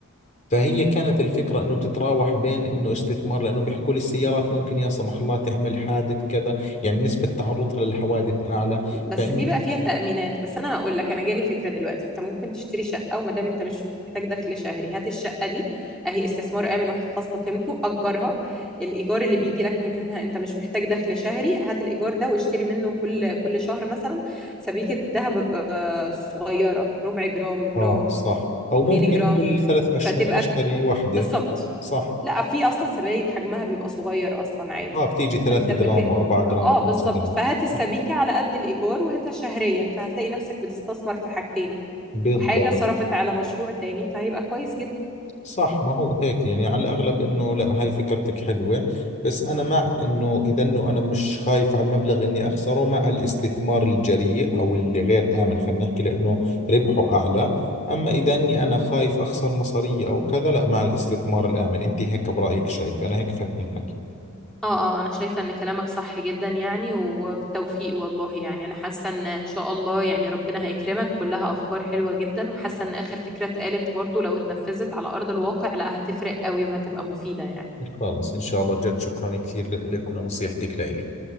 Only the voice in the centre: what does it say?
بس
بيبقى فيها تأمينات بس انا هقول لك انا جالي فكرة دلوقتي انت ممكن تشتري شقة وما دام انت مش محتاج دخل شهري هات الشقة دي اهي استثمار آمن وحفظت قيمته اجرها الايجار اللي بيجي لك منها انت مش محتاج دخل شهري هات الايجار ده واشتري منه كل كل شهر مثلا سبيكة ذهب آه، صغيرة ربع جرام جرام
2
جرام
فتبقى
بت-
بالظبط
لا في اصلا سبايك حجمها بيبقى صغير اصلا عادي
فانت بت...
اه
بالظبط
فهات السبيكه
على قد الايجار وهاتها شهريا فهتلاقي نفسك بتستثمر في حاجتين
وحاجه صرفت على مشروع تاني فهيبقى كويس جدا
اه اه انا شايفة ان كلامك صح جدا يعني وبالتوفيق والله يعني انا حاسة ان ان شاء الله يعني ربنا هيكرمك كلها افكار حلوة جدا وحاسة ان اخر فكرة اتقالت برضو لو اتنفذت على ارض الواقع لا هتفرق قوي وهتبقى مفيدة يعني